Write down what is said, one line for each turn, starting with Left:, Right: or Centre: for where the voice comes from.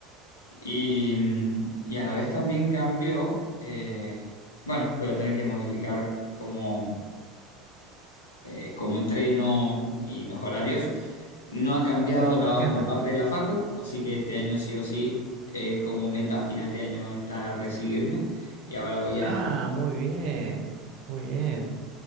Left: Y, mm, y a la vez también cambió, eh, bueno, voy a tener que modificar cómo, eh, cómo entreno y los horarios. No ha cambiado
Right: o sea, tu
Left: la,
Right: agenda.
Left: la parte de la facu, así que este año sí o sí, eh, como meta final de año está recibirme. Y ahora voy a,
Right: Ah, muy bien, muy bien.